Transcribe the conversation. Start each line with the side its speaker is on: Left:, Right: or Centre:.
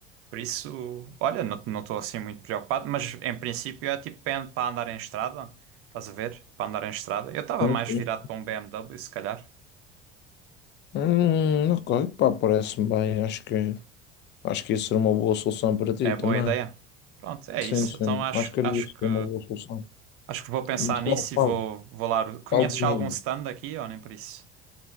Right: Por isso, olha, não não estou assim muito preocupado, mas em princípio é tipo para para andar em estrada, estás a ver? Para andar em estrada. Eu estava
Left: Sim,
Right: mais
Left: sim.
Right: virado para um BMW, se calhar.
Left: Hum, ok, pá, parece-me bem. Acho que, acho que isso era uma boa solução para ti
Right: É
Left: também.
Right: boa ideia. Pronto, é
Left: Sim,
Right: isso.
Left: sim,
Right: Então acho,
Left: acho que era
Right: acho
Left: isso,
Right: que
Left: uma boa solução.
Right: acho que vou pensar
Left: Mas qual,
Right: nisso e
Left: qual,
Right: vou, vou lá. Conheces
Left: qual DM?
Right: já algum stand aqui ou nem por isso?